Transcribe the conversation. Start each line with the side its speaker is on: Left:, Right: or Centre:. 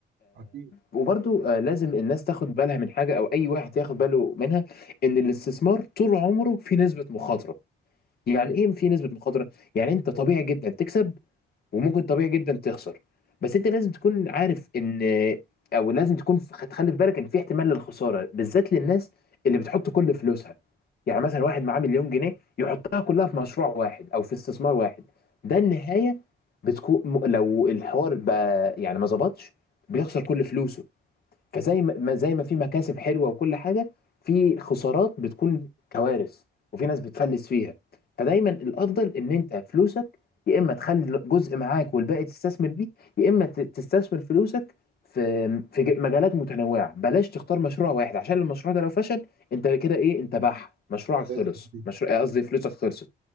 Right: اكيد
Left: وبرضو آه، لازم الناس تاخد بالها من حاجة أو أي واحد ياخد باله منها إن الاستثمار طول عمره في نسبة مخاطرة يعني
Right: مم.
Left: إيه في نسبة مخاطرة؟ يعني أنت طبيعي جدا تكسب وممكن طبيعي جدا تخسر بس أنت لازم تكون عارف إن أو لازم تكون ف- تخلي في بالك إن في احتمال للخسارة بالذات للناس اللي بتحط كل فلوسها يعني مثلا واحد معاه مليون جنيه يحطها كلها في مشروع واحد أو في استثمار واحد ده النهاية بتكون لو الحوار بقى يعني ما ظبطش بيخسر كل فلوسه فزي ما ما- زي ما في مكاسب حلوه وكل حاجه في خسارات بتكون كوارث وفي ناس بتفلس فيها فدايما الافضل ان انت فلوسك يا اما تخلي جزء معاك والباقي تستثمر بيه يا اما ت- تستثمر فلوسك في في ج- مجالات متنوعه بلاش تختار مشروع واحد عشان المشروع ده لو فشل انت كده ايه انت بح مشروعك خلص
Right: بقيت كتير.
Left: مشروع قصدي فلوسك خلصت